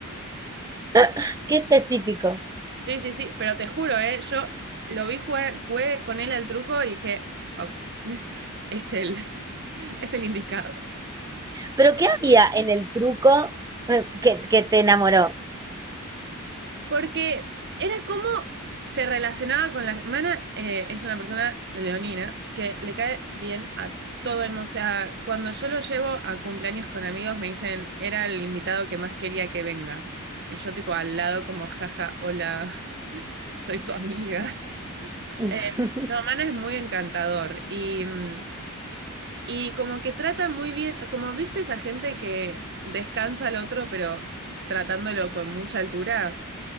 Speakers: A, on the right (about 15°); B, on the right (about 50°).
A: <laughs> Qué específico.
B: Sí, sí, sí, pero te juro, eh, yo lo vi jugar, jugué con él al truco y dije, ok, <laughs> es él, es el indicado.
A: Pero ¿qué había en el truco eh, que, que te enamoró?
B: Porque era como se relacionaba con la... Mana eh, es una persona leonina que le cae bien a todo el mundo. O sea, cuando yo lo llevo a cumpleaños con amigos me dicen, era el invitado que más quería que venga. Y yo tipo al lado como, jaja, hola, <laughs> soy tu amiga.
A: <laughs>
B: Eh, no, Mana es muy encantador y, mm, y como que trata muy bien, como viste esa gente que descansa al otro pero tratándolo con mucha altura,